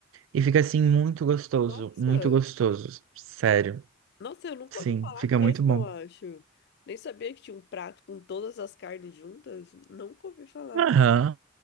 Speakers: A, on the right; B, on the left.
A: E fica assim muito gostoso,
B: Nossa,
A: muito gostoso, sério.
B: nossa, eu nunca
A: Sim,
B: ouvi falar
A: fica
B: mesmo,
A: muito bom.
B: eu acho. Nem sabia que tinha um prato com todas as carnes juntas. Nunca ouvi falar.
A: Aham,